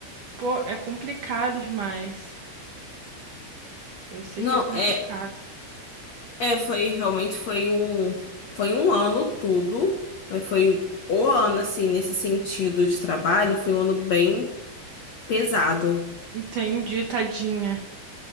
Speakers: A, on the right; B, on the left.
A: pô, é complicado demais. Eu sei
B: Não,
A: que é complicado.
B: é, é, foi, realmente foi um, foi um ano tudo. Mas foi o ano, assim, nesse sentido de trabalho, foi um ano bem pesado.
A: Entendi, tadinha.